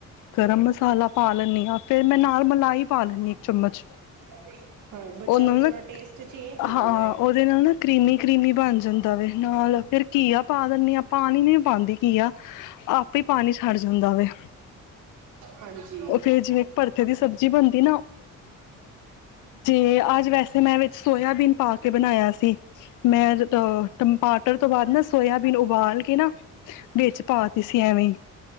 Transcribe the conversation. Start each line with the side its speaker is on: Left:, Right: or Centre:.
Left: ਗਰਮ ਮਸਾਲਾ ਪਾ ਲੈਂਦੀ ਹਾਂ ਫੇਰ ਮੈਂ ਨਾਲ ਮਲਾਈ ਪਾ ਲੈਂਦੀ ਹਾਂ ਇੱਕ ਚਮਚ,
Right: ਅ, ਤੇ ਹਾਂ, ਬੱਚਿਆਂ
Left: ਉਹ ਨਾਲ
Right: ਦਾ
Left: ਨਾ
Right: ਥੋੜਾ ਟੇਸਟ ਚੇਂਜ ਹੋ
Left: ਹਾਂ
Right: ਜਾਂਦਾ ਏ
Left: ਉਹਦੇ ਨਾਲ ਨਾ ਕਰੀਮੀ ਕਰੀਮੀ ਬਣ ਜਾਂਦਾ ਵ ਨਾਲ ਫਿਰ ਘੀਆ ਪਾ ਦਿੰਦੇ ਹਾਂ ਪਾਣੀ ਪਾਣੀ ਨੀ ਪਾਉਂਦੀ ਘੀਆ ਆਪੇ ਪਾਣੀ ਛੱਡ ਜਾਂਦਾ ਵੇ
Right: ਹਾਂਜੀ
Left: ਉਹ ਫਿਰ ਜਿਵੇਂ ਭਰਥੇ ਦੀ ਸਬਜ਼ੀ ਬਣਦੀ ਤੇ ਅੱਜ ਵੈਸੇ ਮੈਂ ਵਿੱਚ ਸੋਇਆਬੀਨ ਪਾ ਕੇ ਬਣਾਇਆ ਸੀ, ਮੈਂ ਅ ਟਮਾਟਰ ਤੋਂ ਬਾਅਦ ਨਾ ਸੋਇਆਬੀਨ ਉਬਾਲ ਕੇ ਨਾ ਵਿੱਚ ਪਾ ਤ ਸੀ ਐਵੇਂ।